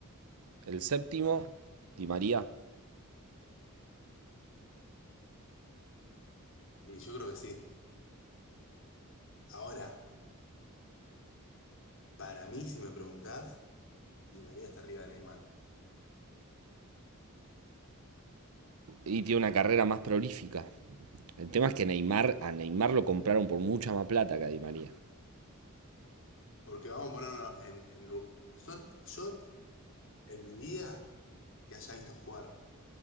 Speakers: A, on the right; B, on the left.
A: El séptimo, Di María.
B: y yo creo que sí. Ahora, para mí, si me preguntás, Di María está arriba de Neymar.
A: Y tiene una carrera más prolífica. El tema es que Neymar, a Neymar lo compraron por mucha más plata que a Di María.
B: Porque vamos a ponernos en... en lu- son- yo, en mi vida, que haya visto jugar